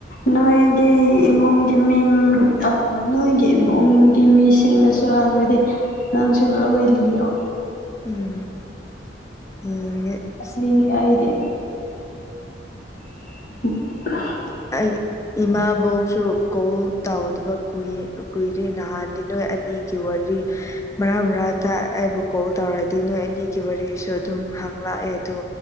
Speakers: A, on the left; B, on the left.
A: ꯅꯣꯏꯒꯤ ꯏꯃꯨꯡꯒꯤ ꯃꯤꯡ ꯅꯣꯏꯒꯤ ꯏꯃꯨꯡꯒꯤ ꯃꯤꯁꯤꯡꯅꯁꯨ ꯍꯪꯉꯗꯤ ꯅꯪꯁꯨ ꯂꯣꯏ ꯂꯤꯔꯣ
B: ꯎꯝ ꯌꯦꯡꯉꯦ ꯑꯁ
A: ꯉ ꯌꯥꯗ <inaudible>
B: ꯑꯩ ꯏꯃꯥꯕꯣꯛꯁꯨ ꯀꯣꯜ ꯇꯥꯎꯗꯕ ꯀꯏ ꯀꯨꯏꯔ ꯅꯍꯥꯟꯅꯤ ꯅꯣꯏ ꯑꯅꯤꯒꯤ ꯋꯥꯔꯤ ꯃꯔꯥꯡ ꯃꯔꯥꯡ ꯑꯩꯕꯨ ꯀꯣꯜ ꯇꯧꯔꯗꯤ ꯅꯣꯏ ꯑꯅꯤꯒꯤ ꯋꯥꯔꯤꯁꯨ ꯑꯗꯨꯝ ꯍꯪꯂꯛꯑꯦ ꯑꯗꯣ